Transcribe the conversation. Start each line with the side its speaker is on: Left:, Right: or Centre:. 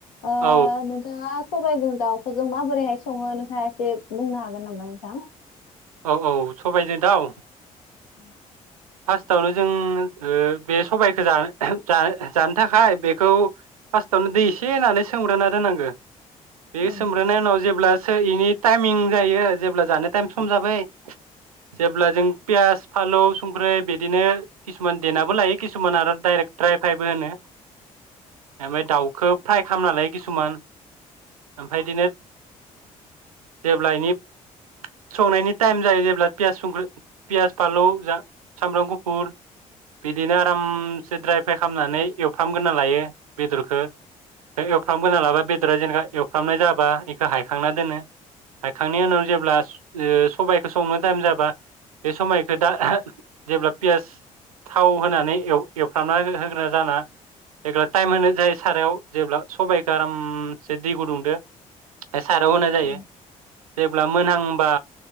Left: ओ
Right: औ
Left: नोंथाङा सबाइजों दाउ खौ जों माबोरैहाय सङो नोंथाङा एसे बुंनो हागोन नामा नोंथां?
Right: औ औ सबायजों दाव।
Left: औ
Right: फार्स्टआवनो जों ओ बे सबायखौ जा-जानो थाखाय बेखौ फार्स्टआवनो दै एसे होनानै सोमग्रोना दोननांगो। बे
Left: औ
Right: सोमब्रोनाय उनाव जेब्ला सोर इनि टाइमिं जायो जेब्ला जानो टाइम सम जाबाय। जेब्ला जों पियास फालौ ओमफ्राय बिदिनो किसुमान देेनाबो लायो किसुमान आरो डायरेक्ट द्राइ फाइबो होनो। ओमफाय दावखो फ्राइ खालामना लायो किसुमान। ओमफाय इदिनो जेब्ला एनि संनायनि टाइम जायो जेब्ला पियास संख्रि पियास फालौ जा सामरां गुफुर बिदिनो आराम सो द्राइइ फ्राइ खामनानै एवफ्रामग्रोना लायो। बेदरखो एवफ्रामगोना लाबा बेदरा जेनेका एवफ्रामनाय जाबा इखो हायखांना दोनो। हायखांनि उनाव जेब्ला सबायखो संनो टाइम जाबा बे समायखो दा जेब्ला पियास थाव होनानै एव- एवफ्रामना होग्रा जाना <unintelligible> टाइम होनो जायो। सारायाव जेब्ला सबाय आरामसे दै गुदुंदो सारायाव होनाय जायो
Left: औ
Right: जेब्ला मोनहांबा